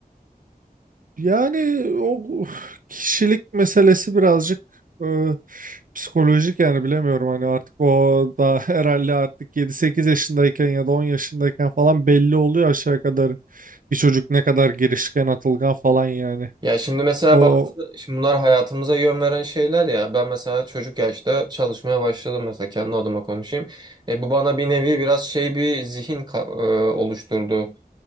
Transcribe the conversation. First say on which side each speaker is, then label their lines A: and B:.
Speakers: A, on the right; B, on the right.
A: Yani o kişilik meselesi birazcık e, psikolojik yani bilemiyorum hani artık o da <laughs> herhalde artık yedi sekiz yaşındayken ya da 10 yaşındayken falan belli oluyor aşağı kadar bir çocuk ne kadar girişken atılgan falan yani.
B: Ya şimdi mesela
A: O
B: bazı şimdi bunlar hayatımıza yön veren şeyler ya ben mesela çocuk yaşta çalışmaya başladım mesela kendi adıma konuşayım. E, bu bana bir nevi biraz şey bir zihin ka- e, oluşturdu.